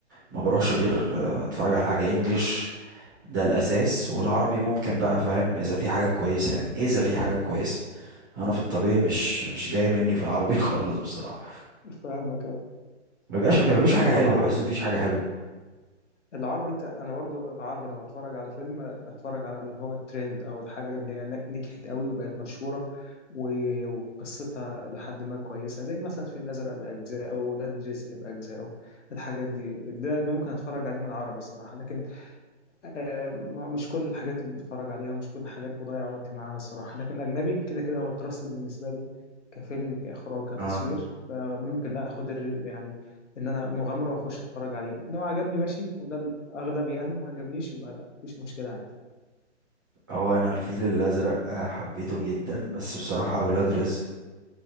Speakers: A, on the right; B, on the left.
A: ما بروحش غير آه، اتفرج على حاجة انجليش ده الاساس والعربي ممكن بقى فاهم اذا في حاجة كويسة يعني اذا في حاجة كويسة انا في الطبيعي مش مش جاي مني في العربي <laughs> خالص بصراحة
B: فاهمك أه.
A: ما بيبقاش ما بيبقاش حاجة
B: هو
A: حلوة
B: العربي
A: بحس مفيش حاجة حلوة
B: العربي انت انا برضو العربي لو اتفرج على فيلم اتفرج على اللي هو الترند او الحاجه اللي هي ن- نجحت قوي وبقت مشهوره و- وقصتها لحد ما كويسه زي مثلا الفيل الازرق باجزائه ولاد رزق باجزائه الحاجات دي ده, ده ممكن اتفرج عليه من العربي الصراحه لكن آه، مش كل الحاجات اللي بتفرج عليها مش كل الحاجات بضيع وقتي معاها الصراحة لكن الأجنبي كده كده هو تراستد بالنسبة لي كفيلم كإخراج كتصوير
A: اه
B: فممكن آخد ال- يعني إن أنا مغامرة وأخش أتفرج عليه لو عجبني ماشي وده الأغلب يعني ما عجبنيش يبقى مفيش مشكلة عادي
A: هو انا الفيل الازرق آه، حبيته جدا بس بصراحة اولاد رزق